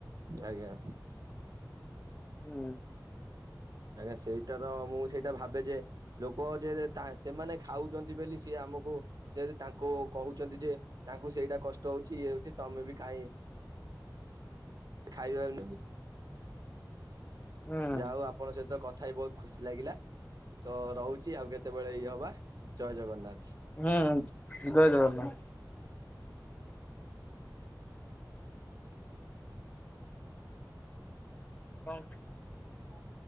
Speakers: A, on the right; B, on the left.
A: ଆଜ୍ଞା।
B: ହୁଁ।
A: ଆଜ୍ଞା ସେଇଟା ତ ମୁଁ ସେଇଟା ଭାବେ ଯେ ଲୋକ ଯେ ଯେ ସେମାନେ ଖାଉଛନ୍ତି ବୋଲି ସିଏ ଆମକୁ ଯେହେତୁ ତାଙ୍କୁ କହୁଛନ୍ତି ଯେ ତାଙ୍କୁ ସେଇଟା କଷ୍ଟ ହଉଛି ଇଏ ହଉଛି ତମେ ବି କାହିଁ ଖାଇବାନନି
B: ହୁଁ
A: ଯାହା ହଉ ଆ ପଣ ସହିତ କଥା ହେଇ ବହୁତୁ ଖୁସି ଲାଗିଲା। ତ ରହୁଛି ଆଉ କେତେବେଳେ ଇଏ ହବା ଜୟ ଜଗନ୍ନାଥ।
B: ହୁଁ ଜୟଜଗନ୍ନାଥ। <unintelligible>
A: ହଁ